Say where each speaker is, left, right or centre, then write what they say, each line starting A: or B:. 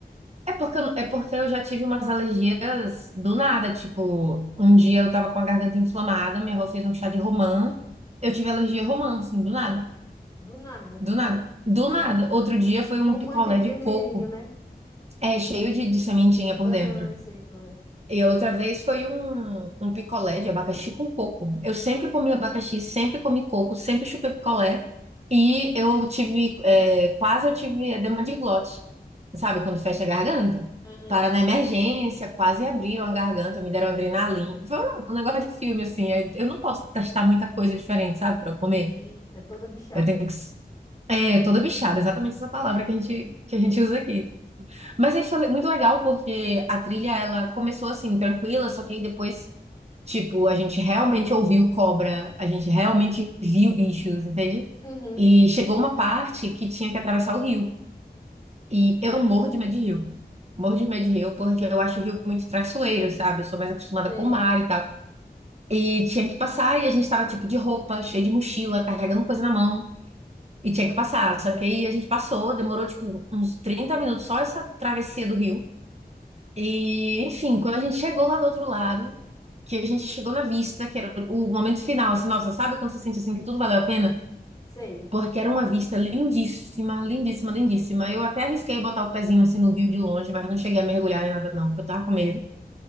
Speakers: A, on the right (about 40°); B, on the left (about 20°).
A: É porque, eu- é porque eu já tive umas alergias do nada. Tipo, um dia eu tava com a garganta inflamada, minha avó fez um chá de romã. Eu tive alergia a romã, assim, do nada.
B: Do nada.
A: Do nada. Do nada. Outro dia foi
B: Romã,
A: um picolé
B: aquele vermelhinho,
A: de coco,
B: né?
A: é, cheio de, de sementinha por
B: Aham,
A: dentro.
B: eu sei como é.
A: E outra vez foi um, um picolé de abacaxi com coco. Eu sempre comi abacaxi, sempre comi coco, sempre chupei picolé. E eu tive, é, quase eu tive edema de glote, sabe? Quando fecha a garganta.
B: Aham.
A: Para na emergência, quase abriram a garganta, me deram adrenalina. Foi um, um negócio de filme, assim. é, Eu não posso testar muita coisa diferente, sabe? Para comer.
B: Eita, toda bichada.
A: Eu tenho que. É, toda bichada, exatamente essa palavra que a gente, que a gente usa aqui. Mas aí foi muito legal porque a trilha ela começou assim tranquila, só que aí depois tipo a gente realmente ouviu cobra, a gente realmente viu bichos, entende?
B: Uhum,
A: E chegou uma parte que tinha que atravessar o rio e eu morro de medo de rio, morro de medo de rio porque eu acho o rio muito traiçoeiro, sabe? Eu sou mais acostumada
B: sei,
A: com o mar e tal. E tinha que passar e a gente tava tipo de roupa, cheio de mochila, carregando coisa na mão. E tinha que passar, só que aí a gente passou, demorou tipo uns 30 minutos só essa travessia do rio. E, enfim, quando a gente chegou lá do outro lado, que a gente chegou na vista, que era o momento final, assim, nossa, sabe quando você sente assim que tudo valeu a pena?
B: sei,
A: Porque era uma vista lindíssima, lindíssima, lindíssima. Eu até arrisquei botar o pezinho assim no rio de longe, mas não cheguei a mergulhar nem nada, não, porque eu tava com medo.